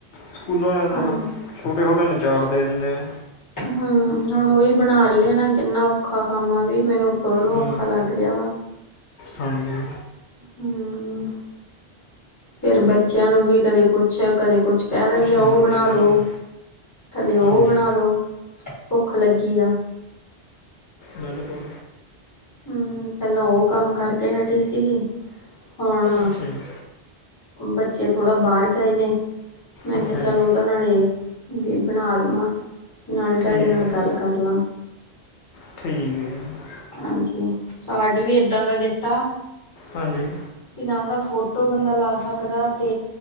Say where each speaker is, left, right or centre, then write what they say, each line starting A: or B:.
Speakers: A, on the left; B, on the left.
A: ਸਕੂਲਾਂ ਵਾਲਿਆਂ ਦਾ
B: ਹਾਂਜੀ
A: ਤਾਂ ਛੋਟੇ-ਛੋਟੇ ਹੁੰਦਾ ਨੂੰ ਚਾਰਟ ਦੇ ਦਿੰਦੇ ਐ।
B: ਹੂੰ ਹੁਨ ਓਈ ਬਨਾ ਰਈ ਆ ਨਾ ਕਿੰਨਾ ਔਖਾ ਕੰਮ ਆ ਏਵੀ ਮੈਨੂੰ ਖੁਦ ਨੂੰ
A: ਹੂੰ
B: ਔਖਾ ਲੱਗ ਰਿਆ ਵਾ।
A: ਹਾਂਜੀ।
B: ਹੂੰ, ਫੇਰ ਬੱਚੇਆਂ ਨੂੰ ਵੀ ਕਦੇ ਕੁਛ ਕਦੇ ਕੁਛ ਕੈ ਦਿੰਦੇ
A: ਹਾਂਜੀ
B: ਆ ਓ ਬਨਾ
A: ਬਿਲਕੁਲ
B: ਦੋ ਕਦੇ ਓ
A: ਹਾਂਜੀ
B: ਬਨਾ ਦੋ ਭੁੱਖ ਲੱਗੀ ਆ।
A: ਬਿਲਕੁਲ।
B: ਹੂੰ, ਪੈਲਾਂ ਓ ਕੰਮ ਕਰਕੇ ਹਟੀ ਸੀਗੀ ਹੁਣ
A: ਅੱਛਾ ਜੀ
B: ਬੱਚੇ ਥੋੜਾ ਬਾਰ ਗਏ ਨੇ, ਮੈਂ
A: ਅੱਛਾ
B: ਕਿਆ ਚਲ
A: ਜੀ
B: ਨਾਲੇ, ਵੀ ਬਨਾ ਦਵਾਂ ਨਾਲੇ ਤੁਆਡੇ
A: ਠੀਕ
B: ਨਾਲ
A: ਹੈ
B: ਗੱਲ ਕਰ ਲਾਂ।
A: ਠੀਕ ਐ ਜੀ।
B: ਹਾਂਜੀ, ਚਾਟ ਵੀ ਏਦਾਂ ਦਾ ਦਿੱਤਾ
A: ਹਾਂਜੀ।
B: ਵੀ ਨਾ ਦਾ ਫੋਟੋ ਬੰਦਾ ਲਾ ਸਕਦਾ ਤੇ